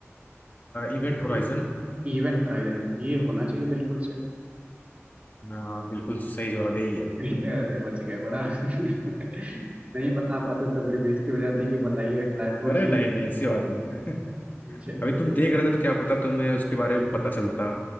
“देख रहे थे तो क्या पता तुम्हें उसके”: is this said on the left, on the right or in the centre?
Left